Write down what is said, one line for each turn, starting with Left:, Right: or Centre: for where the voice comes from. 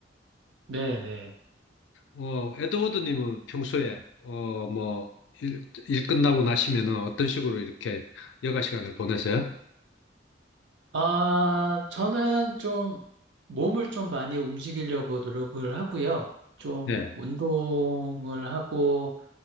Right: 네, 네.
Left: 어, 에드워드님은 평소에 어, 뭐 일, 일 끝나고 나시면은 어떤 식으로 이렇게 여가 시간을 보내세요?
Right: 아, 저는 좀 몸을 좀 많이 움직이려고 노력을 하고요. 좀
Left: 네,
Right: 운동을 하고